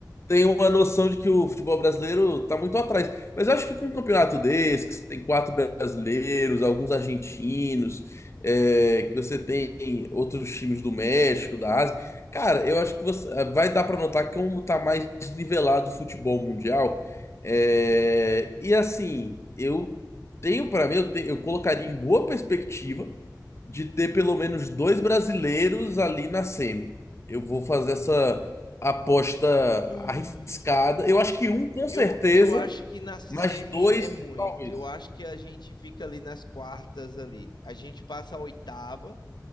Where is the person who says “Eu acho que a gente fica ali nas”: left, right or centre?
Left